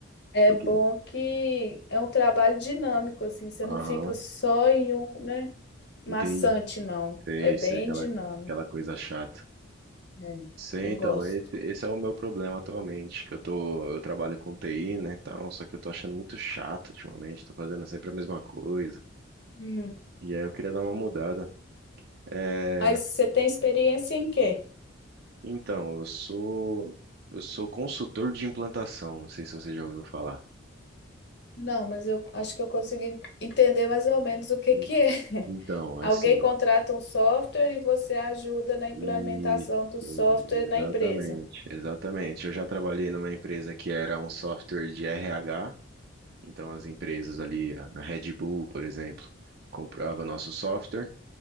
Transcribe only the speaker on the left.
É
bom que é um trabalho dinâmico, assim, você
não fica só em um, né, maçante,
não.
É bem
dinâmico.
É,
eu
gosto.
Hum.
Mas você tem experiência em quê?
Não, mas eu acho que eu consegui entender mais ou menos o que
que é. <laughs>
Alguém contrata um software e você ajuda na implementação
do
software na empresa.